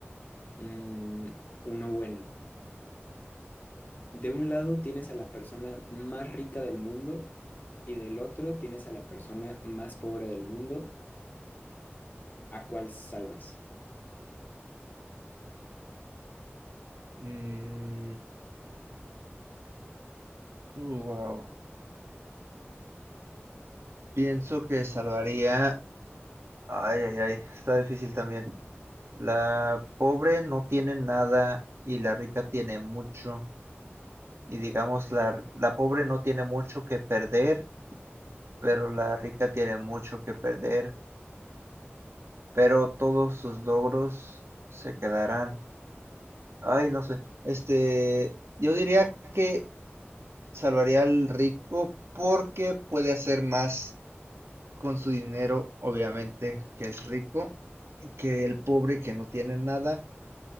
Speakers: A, on the left; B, on the right.
A: mm, uno bueno. De un lado tienes a la persona más rica del mundo y del otro tienes a la persona más pobre del mundo. ¿A cuál salvas?
B: Mm, wow. Pienso que salvaría... Ay, ay, ay, está difícil también. La pobre no tiene nada y la rica tiene mucho. y digamos la, la pobre no tiene mucho que perder, pero la rica tiene mucho que perder, pero todos sus logros se quedarán. Ay, no sé. Este, yo diría que salvaría al rico porque puede hacer más con su dinero, obviamente, que es rico, que el pobre que no tiene nada.